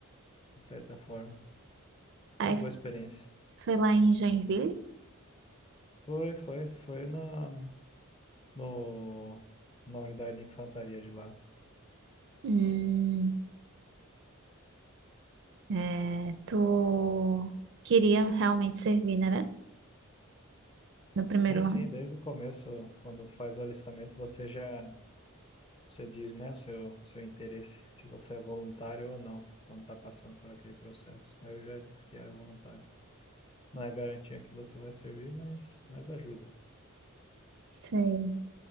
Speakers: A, on the left; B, on the right.
A: de certa forma.
B: Aí
A: Uma boa experiência.
B: foi lá em Joinville.
A: Foi, foi, foi na, no, na unidade de infantaria de lá.
B: Hum, é, tu queria realmente servir, né? né? No primeiro
A: Sim, sim,
B: ano.
A: desde o começo, quando faz o alistamento, você já, você diz, né, o seu, seu interesse, se você é voluntário ou não, quando tá passando por aquele processo. Aí eu já disse que era voluntário. Não é garantia que você vai servir, mas, mas ajuda.
B: Sei.